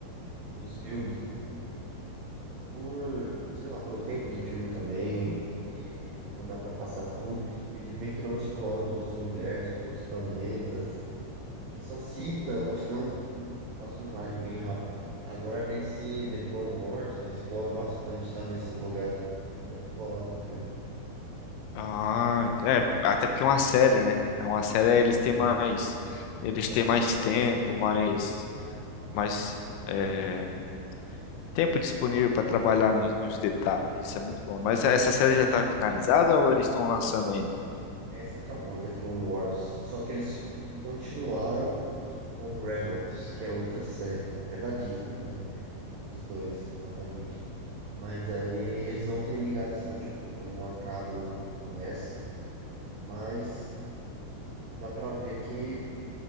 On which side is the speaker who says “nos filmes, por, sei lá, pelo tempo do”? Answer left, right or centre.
Right